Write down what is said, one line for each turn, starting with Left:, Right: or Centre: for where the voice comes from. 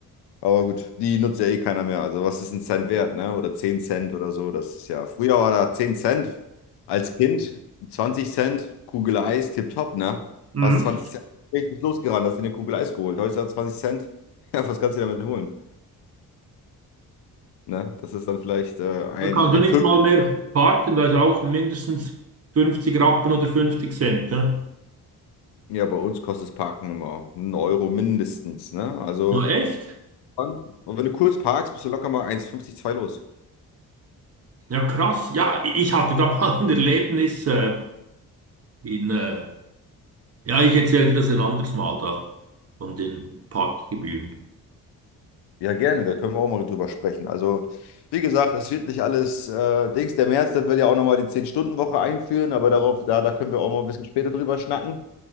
Left: Aber gut, die nutzt ja eh keiner mehr. Also was ist ein Cent wert, ne? Oder 10 Cent oder so. Das ist ja. Früher war da 10 Cent als Kind, 20 Cent, Kugel Eis, tipptopp, ne?
Right: Mhm.
Left: was zwanzig Cent ich bin losgerannt, hast dir eine Kugel Eis geholt. Heute hat 20 Cent. <laughs> Ja, was kannst du damit holen? Ne? Das ist dann vielleicht äh, ein,
Right: Da kannst
Left: ein
Right: du nicht
Left: Fünftel.
Right: mal mehr parken, da ist auch mindestens 50 Rappen oder 50 Cent. ne
Left: Ja, bei uns kostet das Parken immer einen Euro mindestens. Ne? Also,
Right: ja echt?
Left: und wenn du kurz parkst, bist du locker mal eins Komma fünfzig zwei los.
Right: Ja, krass. Ja, i- ich hatte da <laughs> mal ein Erlebnis äh, in, äh, ja, ich erzähle dir das ein anderes Mal da, von den Parkgebühren.
Left: Ja, gerne, da können wir auch mal drüber sprechen. Also, wie gesagt, es wird nicht alles äh, Dings. Der Merz, der will ja auch nochmal die zehn stunden woche einführen, aber darauf, da, da können wir auch mal ein bisschen später drüber schnacken.